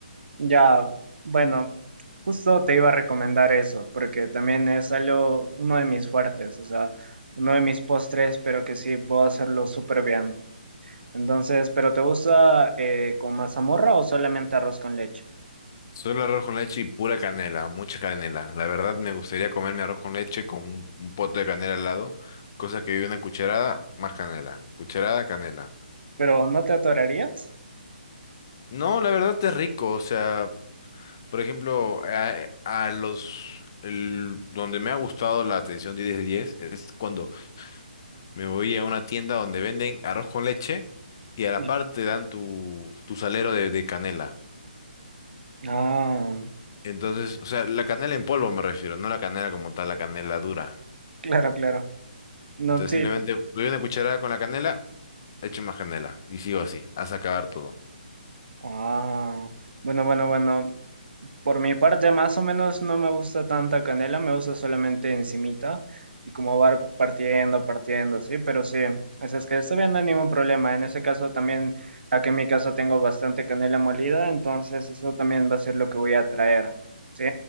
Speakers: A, on the right; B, on the left.
A: Ya, bueno, justo te iba a recomendar eso, porque también es algo, uno de mis fuertes, o sea, uno de mis postres, pero que sí puedo hacerlo súper bien. Entonces, ¿pero te gusta eh, con mazamorra o solamente arroz con leche?
B: Solo arroz con leche y pura canela, mucha canela. La verdad me gustaría comerme arroz con leche con un, un pote de canela al lado, cosa que vive una cucharada más canela, cucharada canela.
A: ¿Pero no te atorarías?
B: No, la verdad es rico, o sea, por ejemplo, a, a los el- donde me ha gustado la atención 10 de 10 es cuando me voy a una tienda donde venden arroz con leche y a la
A: Mm.
B: parte dan tu, tu salero de, de canela.
A: Ah,
B: Entonces, o sea, la canela en polvo me refiero, no la canela como tal, la canela dura.
A: claro, claro. No,
B: Entonces
A: sí.
B: simplemente
A: pu-
B: doy una cucharada con la canela, echo más canela y sigo así, hasta acabar todo.
A: Ah, bueno, bueno, bueno. Por mi parte, más o menos no me gusta tanta canela, me gusta solamente encimita y como va partiendo, partiendo, sí, pero sí, así es que está bien, no hay ningún problema. En ese caso también, aquí en mi caso tengo bastante canela molida, entonces eso también va a ser lo que voy a traer, sí.